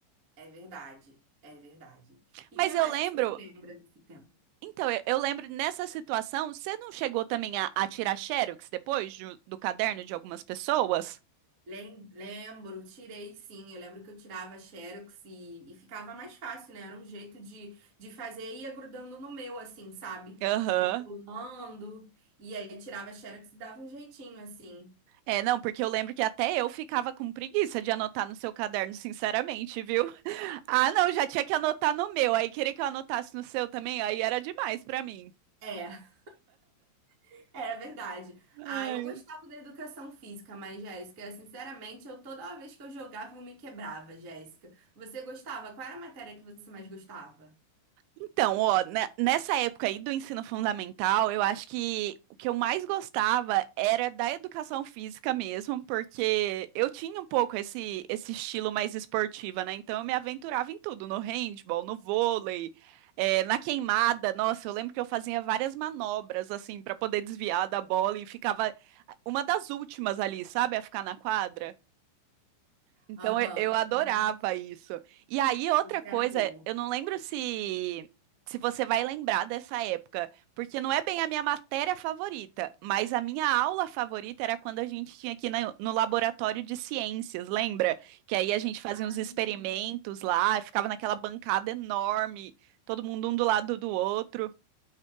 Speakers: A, on the right; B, on the right.
A: É verdade, é verdade. E
B: Mas
A: que
B: eu
A: mais
B: lembro,
A: que você se lembra desse tempo?
B: Então, eu, eu lembro nessa situação, você não chegou também a, a tirar xerox depois de- do caderno de algumas pessoas?
A: Lem- Lembro, tirei sim. Eu lembro que eu tirava Xerox e, e ficava mais fácil, né? Era um jeito de, de fazer e ia grudando no meu, assim, sabe?
B: Aham.
A: Tipo, pulando. E aí tirava Xerox e dava um jeitinho, assim.
B: É, não, porque eu lembro que até eu ficava com preguiça de anotar no seu caderno, sinceramente, viu? <laughs> Ah, não, já tinha que anotar no meu, aí queria que eu anotasse no seu também, aí era demais pra mim.
A: É, <laughs> era verdade.
B: Ai.
A: Ah, eu gostava da educação física, mas, Jéssica, sinceramente, eu toda vez que eu jogava, eu me quebrava, Jéssica. Você gostava? Qual era a matéria que você mais gostava?
B: Então, ó, ne- nessa época aí do ensino fundamental, eu acho que o que eu mais gostava era da educação física mesmo, porque eu tinha um pouco esse, esse estilo mais esportiva, né? Então eu me aventurava em tudo, no handball, no vôlei, eh, na queimada. Nossa, eu lembro que eu fazia várias manobras, assim, para poder desviar da bola e ficava uma das últimas ali, sabe? A ficar na quadra. Então
A: Aham.
B: eu eu adorava
A: Claro.
B: isso. E aí, outra
A: Você
B: coisa,
A: era boa.
B: eu não lembro se se você vai lembrar dessa época, porque não é bem a minha matéria favorita, mas a minha aula favorita era quando a gente tinha aqui na- no laboratório de ciências, lembra? Que aí a gente fazia
A: Ah,
B: uns experimentos
A: isso.
B: lá, ficava naquela bancada enorme, todo mundo um do lado do outro.